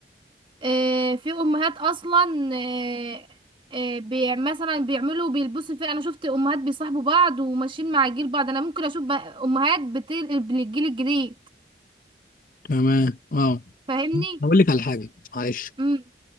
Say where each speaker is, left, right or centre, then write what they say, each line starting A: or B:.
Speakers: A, on the right; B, on the left.
A: آه، في امهات اصلا آه، آه، بيع مثلا بيعملوا بيلبسوا فيه انا شفت امهات بيصاحبوا بعض وماشيين مع جيل بعض انا ممكن اشوف بقى امهات بتقلب للجيل الجديد
B: تمام اه
A: فاهمني
B: هقول لك على حاجه معلش
A: امم.